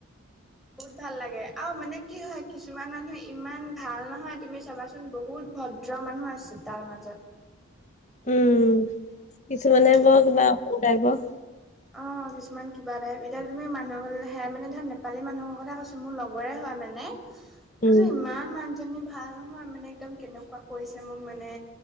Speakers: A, in the centre; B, on the left (about 35°).
A: বহুত ভাল লাগে আৰু মানে কি হয় কিছুমান মানুহ ইমান ভাল নহয় তুমি চাবাচোন বহুত ভদ্ৰ মানুহ আছে তাৰ মাজত।
B: উম কিছুমানে
A: উম
B: ব কিবা <unintelligible>
A: অ' কিছুমান কিবা টাইপ এতিয়া তুমি মানুহৰে মানে ধৰা নেপালী মানুহৰ কথা কৈছোঁ মোৰ লগৰে হয় মানে তাৰপিছত
B: উম
A: ইমান মাকজনী ভাল নহয় মানে একদম কেনেকুৱা কৰিছে মোক মানে